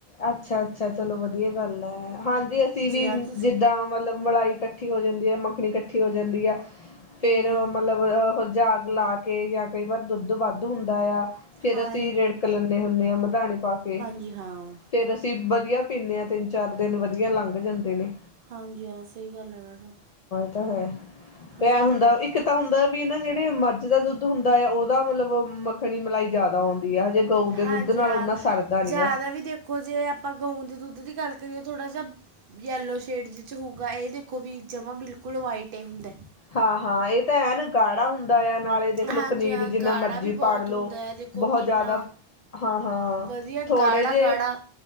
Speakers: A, on the left; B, on the right.
A: ਅੱਛਾ-ਅੱਛਾ ਚਲੋ ਵਧੀਆ ਗੱਲ ਹੈ ਹਾਂਜੀ ਅਸੀਂ ਵੀ
B: ਹਾਂ ਤੁਸੀਂ
A: ਜਿੱਦਾ ਮਤਲਬ ਮਲਾਈ ਕੱਠ ਕੱਠੀ ਹੋ ਜਾਂਦੀ ਹੈ ਮੱਖਣੀ ਇਕੱਠੀ ਹੋ ਜਾਂਦੀ ਹੈ ਫੇਰ
B: ਹਾਂਜੀ ਹਾਂ
A: ਮਲਬ ਜਾਗ ਲਾ ਕੇ ਜਾਂ ਕਈ ਵਾਰ ਦੁੱਧ ਵੱਧ ਹੁੰਦਾ ਆ ਫੇਰ
B: ਹਾਂ
A: ਅਸੀਂ ਰਿੜਕ ਲੈਂਦੇ ਹੁੰਦੇ ਹਾਂ ਮਧਾਨੀ ਪਾ ਕੇ।
B: ਜੀ ਹਾਂ।
A: ਫੇਰ ਅਸੀਂ ਵਧੀਆ ਪੀਂਦੇ ਹਾਂ ਤਿੰਨ-ਚਾਰ ਦਿਨ ਵਧੀਆ ਲੰਘ ਜਾਂਦੇ ਨੇ।
B: ਹਾਂਜੀ ਹਾਂ ਸਹੀ ਗੱਲ ਹੈ ਮੈਡਮ।
A: ਏ ਤਾਂ ਹੈ,
B: ਹਾਂਜੀ
A: ਐ ਹੁੰਦਾ
B: ਹਾਂ
A: ਇੱਕ ਤਾਂ ਹੁੰਦਾ ਵੀ ਨਾ ਜੇੜੇ ਮੱਝ ਦਾ ਦੁੱਧ ਹੁੰਦਾ ਹੈ ਓਦਾ ਮਤਲਬ ਮੱਖਣੀ ਮਲਾਈ ਜ਼ਾਦਾ ਆਉਂਦੀ ਹੈ ਹਜੇ ਗਊ ਦੇ
B: ਹਾਂਜੀ
A: ਦੁੱਧ ਨਾਲ
B: ਹਾਂ
A: ਓਨਾ ਸਰਦਾ ਨੀ
B: ਜ਼ਿਆਦਾ
A: ਗਾ।
B: ਵੀ ਦੇਖੋ ਜੇ ਆਪਾਂ ਗਊ ਦੇ ਦੁੱਧ ਦੀ ਗੱਲ ਕਰੀਏ ਥੋੜਾ ਜਾ ਯੈਲੋ ਸ਼ੇਡ ਚ ਹੂਗਾ ਇਹ ਦੇ ਔਵੀ ਜਮਾ ਬਿਲਕੁਲ ਵਾਈਟ ਏ ਹੁੰਦਾ ਐ।
A: ਹਾਂ-ਹਾਂ ਏ ਤਾਂ ਹੈਨ ਗਾੜਾ ਹੁੰਦਾ ਆ ਨਾਲੇ ਦੇਖ ਲੋ
B: ਹਾਂਜੀ
A: ਪਨੀਰ
B: ਹਾਂ
A: ਜਿੰਨਾ
B: ਗਾੜਾ
A: ਮਰਜ਼ੀ
B: ਵੀ ਬਹੁਤ
A: ਪਾੜ ਲੋ
B: ਹੁੰਦਾ ਹੈ ਦੇਖੋ
A: ਬਹੋਤ
B: ਕਿੰਨਾ
A: ਜ਼ਾਦਾ ਹਾਂ-ਹਾਂ
B: ਹਾਂ ਵਧੀਆ
A: ਥੋੜੇ
B: ਗਾੜਾ
A: ਜੇ
B: ਗਾੜਾ